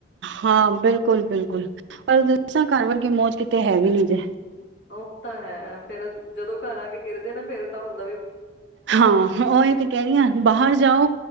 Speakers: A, on the right; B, on the left.
A: ਹਾਂ ਬਿਲਕੁਲ ਬਿਲਕੁਲ ਬਿਲਕੁਲ ਪਰ ਦੱਸਾਂ ਘਰ ਵਰਗੀ ਮੌਜ ਕਿਤੇ ਹੈ ਵੀ ਨੀ ਜੇ
B: ਉਹ ਤਾਂ ਹੈ ਫੇਰ ਜਦੋਂ ਘਰ ਆ ਕੇ ਗਿਰਦੇ ਨਾ ਫੇਿਰਦਾ ਹੁੂੰ
A: ਹਾਂ ਉਹੀ ਤੇ ਕਹਿ ਰਹੀ ਹ ਬਾਹਰ ਜਾਓ